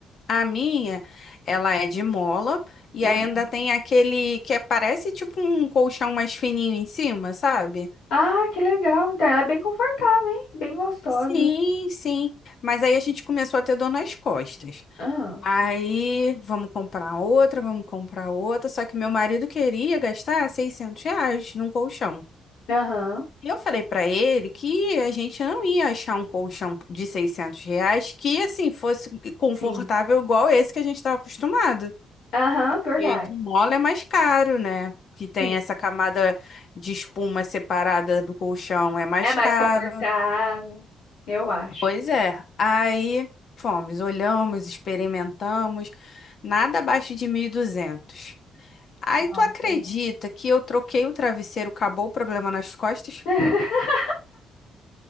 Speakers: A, on the left; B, on the left.
A: a minha, ela é de mola e
B: Aham.
A: ainda tem aquele que é- parece tipo um colchão mais fininho em cima, sabe?
B: Ah, que legal. Então ela é bem confortável, hein? Bem gostosa.
A: Sim, sim. Mas aí a gente começou a ter dor nas costas.
B: Ah.
A: Aí, vamos comprar outra, vamos comprar outra. Só que meu marido queria gastar 600 reais num colchão.
B: Aham.
A: E eu falei pra ele que a gente não ia achar um colchão de 600 reais que, assim, fosse confortável
B: Sim.
A: igual esse que a gente estava acostumado.
B: Aham, verdade.
A: Porque de mola é mais caro, né? Que tem
B: Sim.
A: essa camada de espuma separada do colchão, é mais
B: É mais
A: caro.
B: confortável, eu acho.
A: Pois é. Aí fomos, olhamos, experimentamos, nada abaixo de mil e duzentos Aí
B: Nossa,
A: tu acredita
B: imagina.
A: que eu troquei o travesseiro, acabou o problema nas costas?
B: <laughs>